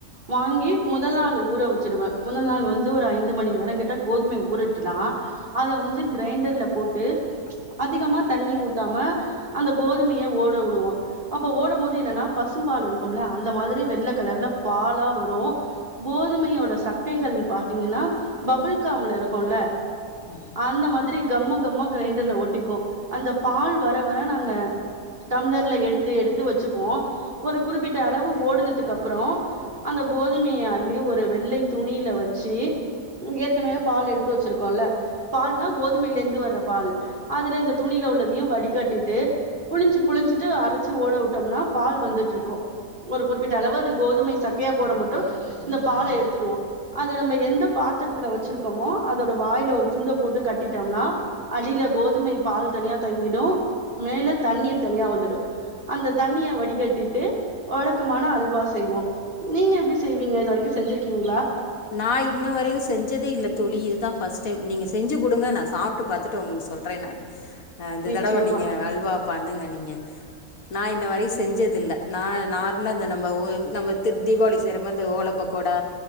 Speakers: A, on the right; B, on the left.
A: வாங்கி முதல் நாள் ஊற வச்சிடுவேன் மொதல் நாள் ஊர வச்சிடுவ முதல் நாள் வந்து ஒரு ஐந்து மணி நேரங் கிட்ட கோதுமை ஊறிட்டுனா அத வந்து க்ரைண்டர்ல போட்டு அதிகமா தண்ணி ஊத்தாம அந்த கோதுமைய ஓட உடுவோ அப்போ ஓடம் மோது என்னன்னா பசும் பால் இருக்கும்ல அந்த மாதிரி வெள்ள கலர்ல பாலா வரு கோதுமையோட சக்கைகள் பாத்தீங்கன்னா பபுல்காம்ல இருக்குல்ல
B: ம்
A: அந்த மாதிரி கம்மு கம்மா கிரைண்டர்ல ஒட்டிக்கும் அந்த பால் வர வர நா இருக்குங்க டம்ளர்ல எடுத்து எடுத்து வச்சுபோம் ஒரு குறிப்பிட்ட அளவு ஓடுனதுக்கு அப்பறோம் அந்த கோதுமைய அள்ளி ஒரு வெள்ளை துணியில வச்சு ஏற்கனவே பால் எடுத்து வச்சிருக்கோம்ல்ல பால்னா கோதுமைையில இருந்து வர்ற பால் அதுல இந்த துணியில உள்ளதையும் வடிகட்டிட்டு புழிஞ்சு புழிஞ்சிட்டு அரைச்சு ஓட விட்டோம்னா பால் வந்துட்டு இருக்கும் ஒரு குறிப்பிட்ட அளவு அது கோதுமை சக்கையா போற மட்டும் இந்த பாலை எடுத்துடுவோம் அதை நம்ம எந்த பாத்திரத்துல வச்சிருக்கோமோ அதோட வாயில ஒரு துண்ட போட்டு கட்டிட்டோம்னா அடியில கோதுமை பால் தனியா தங்கிடும் மேல தண்ணீர் தனியா வந்துடும் அந்த தண்ணிய வடிகட்டிட்டு வழக்கமான அல்வா செய்வோம் நீங்க எப்படி செய்வீங்க இது வரைக்கும் செஞ்சிருக்கீங்களா
B: நான் இன்ன வரையில செஞ்சதே இல்லை தோழி இதுதான் ஃபர்ஸ்ட் டைம் நீங்க செஞ்சு கொடுங்க நான் சாப்பிட்டு பார்த்துட்டு உங்களுக்கு சொல்கிறேன் நானு இந்த
A: நிச்சயமா
B: தடவை நீங்க அல்வாப்பண்ணுங்க நீங்க நான் இன்ன வரை செஞ்சது இல்ல ந நார்மலா இந்த நம்ம நம்ம த தீபாவளி செய்ரமாரி அ இந்த ஓலப்பக்கோடா